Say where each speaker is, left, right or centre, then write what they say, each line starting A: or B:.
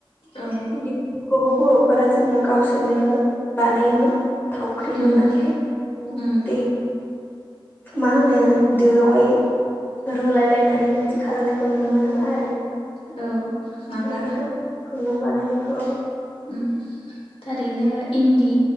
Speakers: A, on the left (about 80°); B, on the left (about 20°).
A: औ
B: इन्दि खुन्दुंफोरखौबो बर'फोरा जोङो गावसोरनो बानायोमोन थावख्रि
A: उम
B: लुनानैहाय नदै
A: उम
B: मा होनो दोआवहाय रुलाय लायनानै बेबायदि खालामनायखौ नुनो मोनो आरो
A: औ माबा
B: खुन्दुं बानायनायखौ औ
A: उम थारैनो इन्दि